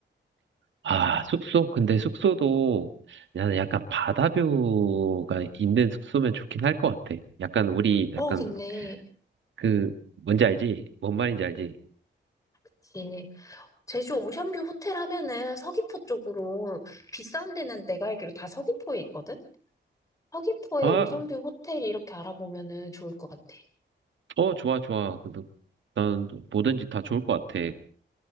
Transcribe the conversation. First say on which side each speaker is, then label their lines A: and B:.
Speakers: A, on the right; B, on the left.
A: 아, 숙소? 근데 숙소도 나는 약간 바다뷰가 있는 숙소면 좋긴 할 것 같아. 약간 우리
B: 어,
A: 약간
B: 근데,
A: 그 뭔지 알지? 뭔 말인지 알지?
B: 그치. 제주 오션뷰 호텔 하면은 서귀포 쪽으로 비싼 데는 내가 알기로 다 서귀포에 있거든? 서귀포에
A: 아,
B: 오션뷰 호텔 이렇게 알아보면은 좋을 것 같아.
A: 어 좋아 좋아. 근데 난 뭐든지 다 좋을 것 같아.